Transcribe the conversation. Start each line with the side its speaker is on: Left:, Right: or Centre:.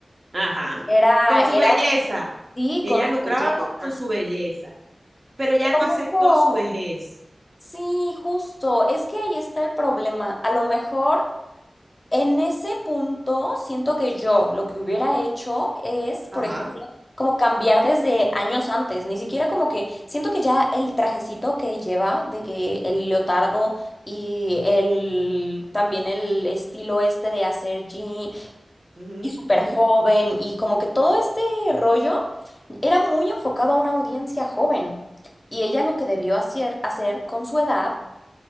Right: Ajá.
Left: Era,
Right: Con
Left: era
Right: su belleza.
Left: sí,
Right: Ella
Left: con su
Right: lucraba
Left: belleza.
Right: con, con
Left: A
Right: su belleza, pero ella no
Left: lo
Right: aceptó
Left: mejor,
Right: su vejez.
Left: sí, justo. Es que ahí está el problema. A lo mejor. En ese punto, siento que yo lo que hubiera hecho es, por
Right: Ajá.
Left: ejemplo, como cambiar desde años antes, ni siquiera como que siento que ya el trajecito que lleva, de que el leotardo y el también el estilo este de hacer jean
Right: ujú,
Left: y súper
Right: ujú,
Left: joven y como que todo este rollo era muy enfocado a una audiencia joven. Y ella lo que debió hacer, hacer con su edad